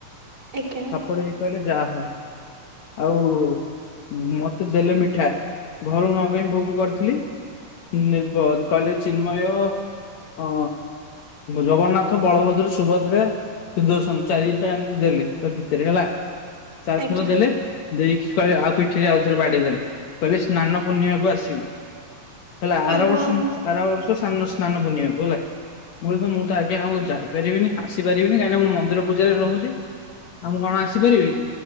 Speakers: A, on the right; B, on the left.
A: ଆଜ୍ଞା
B: ଥାପୁଡେଇ କହିଲେ ଯାହା ହୋଉ। ଆଉ ମତେ ଦେଲେ ମିଠା ଘରୁ ନ ପାଇଁ ଭୋଗ କରିଥିଲି। ନିର୍ଭତ କାଲେ ଚିନ୍ମୟ? ଓ ଜଗନ୍ନାଥ ବଳଭଦ୍ର ସୁଭଦ୍ରା। ସୁଦର୍ଶନ ଚାରିଟା ଏମ୍ ତି ଦେଲେ ତ ଭିତରେ ହେଲା ଚାରିଥର
A: ଆଜ୍ଞା
B: ଦେଲେ। ଦେଇକି କହିଲେ ଆଉ ପିଠିରେ ଆଉ ଥରେ ବାଡେଇଦେଲେ କହିଲେ ସ୍ନାନ ପୂର୍ଣ୍ଣିମା କକୁ ଆସିବୁ। ହେଲା
A: ଓ
B: ଆର ବର୍ଷନି ଆ ଆସିପାରିବିନି କାହିଁକିନା ମୁଁ ମନ୍ଦିର ପୂଜାରେ ରହୁଛି ଆଉ ମୁଁ କଣ ଆସିପାରିବି